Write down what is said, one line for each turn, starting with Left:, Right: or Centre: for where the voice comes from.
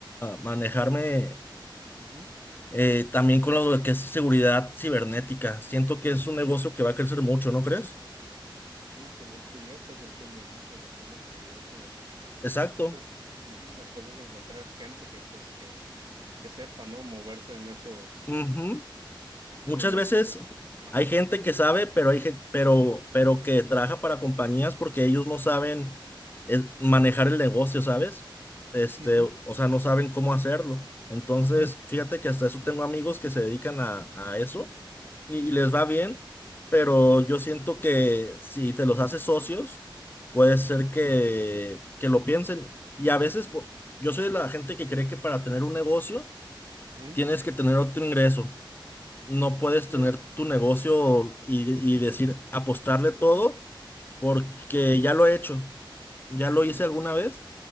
Left: manejarme
Right: ujú.
Left: eh, también con lo que es seguridad cibernética. Siento que es un negocio que va a crecer mucho, ¿no crees?
Right: No, pues de hecho ya está creciendo mucho lo que es la seguridad cibernética.
Left: Exacto.
Right: La cosa es, ujú, la cosa es encontrar gente que pues que, que sepa, ¿no? Moverse en esos
Left: Ujú. Muchas
Right: en esos,
Left: veces
Right: es- ajá,
Left: hay gente que sabe, pero hay gen- pero, pero que trabaja para compañías porque ellos no saben eh, manejar el negocio, ¿sabes? Este,
Right: ujú,
Left: o sea, no saben cómo hacerlo. Entonces, fíjate que hasta eso tengo amigos que se dedican a, a eso y, y
Right: ujú,
Left: les va bien, pero yo siento que si te los haces socios, puede ser que, que lo piensen. Y a veces, po- yo soy de la gente que cree que para tener un negocio
Right: ujú,
Left: tienes que tener otro ingreso. No puedes
Right: ven,
Left: tener tu negocio y, y decir apostarle todo porque ya lo he hecho, ya
Right: ujú,
Left: lo hice alguna vez